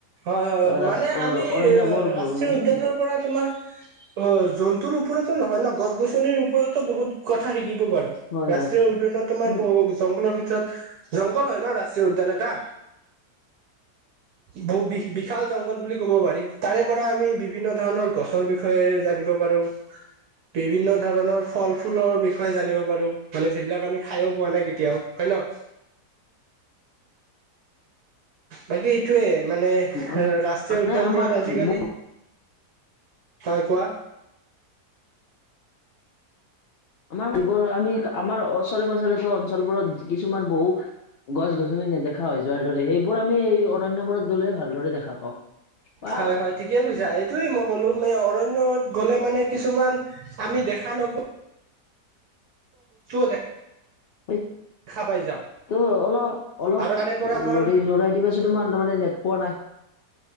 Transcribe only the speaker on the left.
ৰাজ
অৰণ্যবোৰ
ভ্ৰমণ-
হয়
হয়
উম,
আমাৰ
মানে আমাৰ
ব-
আমাৰ মা এইবোৰ আমি ওচৰে পাঁজৰে অঞ্চলবোৰত কিছুমান বহু গছ-গছলি নেদেখা হৈ যোৱাৰ দৰে সেইবোৰ আমি এই অৰণ্যবোৰত গ'লে ভালদৰে দেখা পাওঁ। বা
ঐ।
ত অলপ অলপ
লৰি লৰাই দিবা। যে তোমান মানে নেট পোৱা নাই,